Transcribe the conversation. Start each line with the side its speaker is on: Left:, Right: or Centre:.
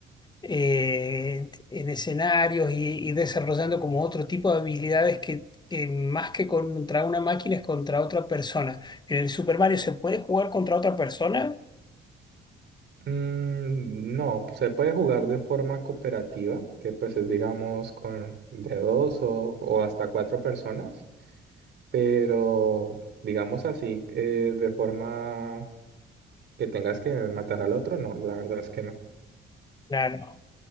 Left: eh, en escenarios y, y desarrollando como otro tipo de habilidades que, que más que contra una máquina es contra otra persona. En el Super Mario se puede jugar contra otra persona,
Right: Mm, no, se puede jugar de forma cooperativa, que pues es digamos con de dos o, o hasta cuatro personas, pero digamos así, eh, de forma que tengas que matar al otro, no, la verdad es que no.
Left: claro.